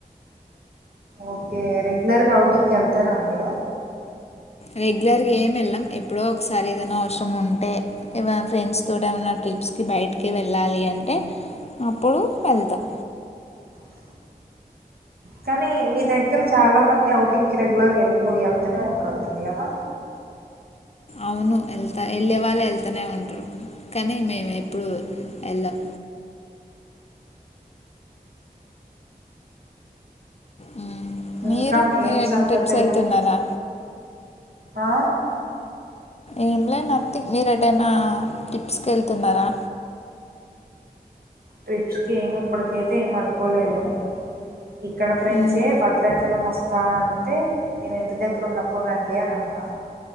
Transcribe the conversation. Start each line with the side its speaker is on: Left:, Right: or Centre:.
Right: ఓకే రెగ్యులర్గా అవుటింగ్కి వెళ్తారా మీరు
Left: రెగ్యులర్ గా ఏం వెళ్లం ఎప్పుడో ఒకసారి ఏదైనా అవసరం ఉంటే ఫ్రెండ్స్ తో ఏమైన్నా ట్రిప్స్కి బయటికి వెళ్ళాలి అంటే అప్పుడు వెళ్తాం
Right: అ కానీ మీ దగ్గర చాలా మంది అఔటింగ్ కి రెగ్యులర్గా వెళ్ళిపో వెళ్తూనే ఉంటరుంటంది కదా
Left: అవును వెళ్తా వెళ్ళే వాళ్ళు వెళ్తనే ఉంటారు కానీ మేము ఎప్పుడు వెళ్ళాం మ్మ్. మీరు
Right: ఇంకా
Left: మీరు
Right: ఏం
Left: ఎటైనా
Right: సంగతిలు
Left: ట్రిప్స్ వెళ్తున్నారా
Right: ఆ
Left: ఏంలే నథింగ్ మీరు ఎదైనా టిప్స్ క వెళ్తున్నారా
Right: ట్రిప్స్ కి ఏమి ఇప్పటికైతే ఏమ అనుకోలేదు ఇక్కడ ఫ్రెండ్సే
Left: మ్మ్.
Right: భద్రాచలం వస్తుంది రా అంటే నేను ఇంటి దగ్గర ఉన్నప్పుడు రండి అని అన్నా